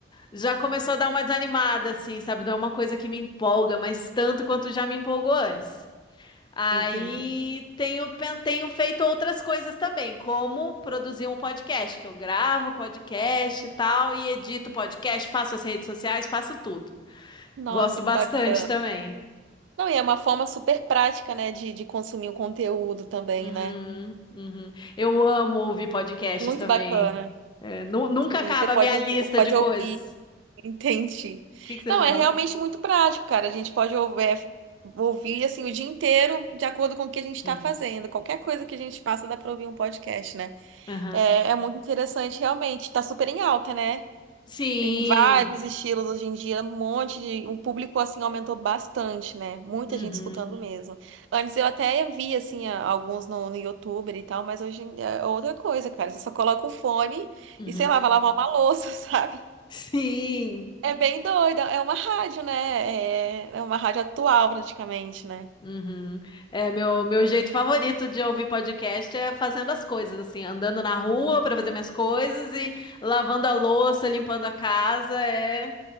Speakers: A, on the left; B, on the right.
A: já começou a dar uma desanimada, assim, sabe? Não é uma coisa que me empolga, mas tanto quanto já me empolgou antes. Aí
B: Entendi.
A: tenho, pen- tenho feito outras coisas também, como produzir um podcast, que eu gravo podcast e tal, e edito podcast, faço as redes sociais, faço tudo.
B: Nossa,
A: Gosto bastante
B: que bacana.
A: também.
B: Não, e é uma forma super prática, né, de, de consumir o conteúdo também,
A: Uhum,
B: né?
A: uhum. Eu amo ouvir podcasts
B: Muito
A: também.
B: bacana.
A: É, nu- nunca acaba
B: Sim, você
A: a
B: pode,
A: minha
B: us-
A: lista
B: pode
A: de coisas.
B: ouvir, <laughs> entendi.
A: O que que você
B: Não,
A: foi
B: é
A: falar?
B: realmente muito prático, cara. A gente pode ouvir, ouvir assim o dia inteiro de acordo com o que a gente
A: Sim.
B: está fazendo. Qualquer coisa que a gente passa dá para ouvir um podcast, né?
A: Aham.
B: É, é muito interessante, realmente. Tá super em alta, né?
A: Sim.
B: Tem vários estilos hoje em dia, um monte de. O público, assim, aumentou bastante, né? Muita
A: Uhum,
B: gente escutando mesmo. Antes eu até vi, assim, a- alguns no, no YouTube e tal, mas hoje em dia é outra coisa, cara. Você só coloca o fone
A: uhum.
B: e, sei lá, vai lavar uma louça, <laughs> sabe?
A: Sim.
B: É bem doida. É uma rádio, né? É, é uma rádio atual, praticamente, né?
A: Uhum. É, meu, meu jeito favorito de ouvir podcast é fazendo as coisas, assim, andando na rua para fazer minhas coisas e lavando a louça, limpando a casa. É,